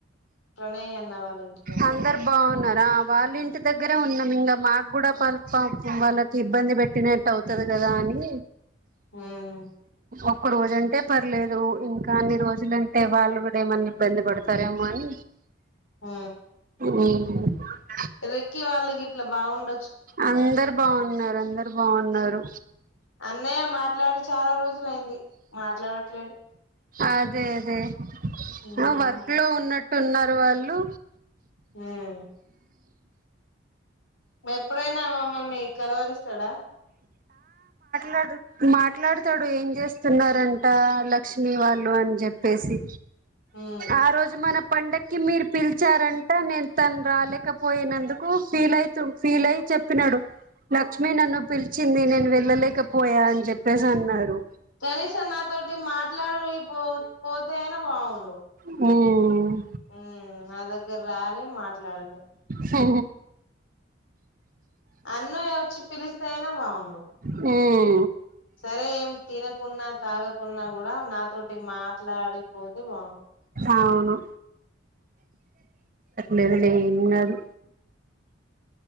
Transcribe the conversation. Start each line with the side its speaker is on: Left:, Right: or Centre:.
Left: ప్రణయ్ అన్న వాళ్ళ ఇంటి కాడ
Right: అందరు బాగున్నారా వాళ్ళ ఇంటి దగ్గరే ఉన్నాం ఇంగ మాకు గూడా పల్ప్ కప్పిటిగ్ వాళ్ళకి ఇబ్బంది పెట్టినట్టు అవుతది గ కదా అని
Left: ఉమ్
Right: ఒక రోజు అంటే పర్లేదు ఇంకా అన్ని రోజులంటే వాళ్ళు గూడా ఏమన్నా ఇబ్బంది పడతారేమో వన్
Left: ఆ
Right: మ్
Left: రిక్కి వాళ్ళకి ఇట్లా బావుండ
Right: అందరు బావున్నారు అందరు బావున్నారు
Left: అన్నయ్య మాట్లాడి చాలా రోజులయింది మాట్లాడట్లేడు
Right: అదే అదే
Left: ఉమ్
Right: ఆ వర్క్లో ఉన్నట్టు ఉన్నారు వాళ్ళు
Left: హ్మ్ ఎప్పుడైనా మమ్మల్ని కలవరిస్తాడా
Right: లేదు మాట్లాడతాడు ఏం చేస్తున్నారంట లక్ష్మీ వాళ్ళు అని జేప్పేసి
Left: ఉమ్
Right: ఆ రోజు మన పండక్కి మీరు పిల్ చ్చారంట నేను తను రాలేకపోయినందుకు ఫీల్ అయితు ఫీల్ అయ్ చెప్పినాడు లక్ష్మి నన్ను పిలిచింది నేను వెళ్ళలేకపోయా అని జేప్పేసి అన్నారు
Left: కనీసం నాతోటి మాట్లాడి పో పోతేనా బావుండు
Right: మ్మ్
Left: ఉమ్ నా దగ్గర రాలే మాట్లాడలే
Right: హ
Left: అన్నయ్య వచ్చి పిలిస్తే అయినా బాగుండు
Right: మ్
Left: సరే ఏం తినకున్నా తాగకున్నా కూడా నాతోటి మాట్లాడిపోతే బావుంటది.
Right: అవును లేదులే ఏం కాదు